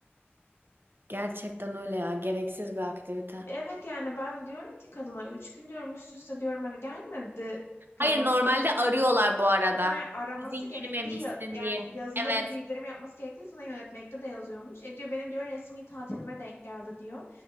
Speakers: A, on the right; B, on the left.
A: gerçekten öyle ya gereksiz bir aktivite.
B: Evet yani ben diyorum ki kadına üç gün diyorum üst üste diyorum hani gelmedi. Tamam.
A: Hayır normalde arıyorlar bu arada.
B: Ha, araması
A: Bizim girmemişsin
B: gerektiği ya- yani
A: diye.
B: yazılı
A: Evet.
B: bir bildirim yapması gerektiği sana yönetmekte de yazıyormuş. E diyor benim diyor resmi tatilime denk geldi diyor.